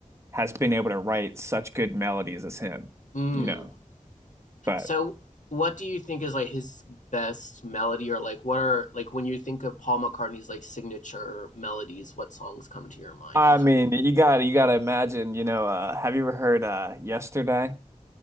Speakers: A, on the right; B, on the left.
A: has been able to write such good melodies as him,
B: mm.
A: you know. But
B: So what do you think is like his best melody, or like what are like when you think of Paul McCartney's like signature melodies, what songs come to your mind?
A: I mean, you gotta you gotta imagine, you know, uh have you ever heard uh Yesterday?